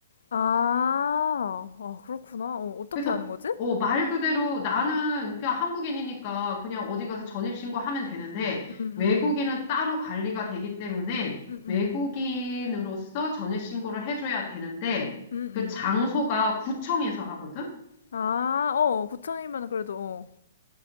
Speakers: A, on the left; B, on the left.
A: 아, 아, 그렇구나. 어, 어떻게
B: 그래서,
A: 하는 거지?
B: 어, 말 그대로 나는 그냥 한국인이니까 그냥 어디 가서 전입신고 하면 되는데
A: 음, 음,
B: 외국인은 따로 관리가 되기 때문에
A: 음, 음,
B: 외국인으로서 전입신고를 해줘야 되는데
A: 음,
B: 그
A: 음.
B: 장소가 구청에서 하거든?
A: 아, 어, 구청이면 그래도, 어,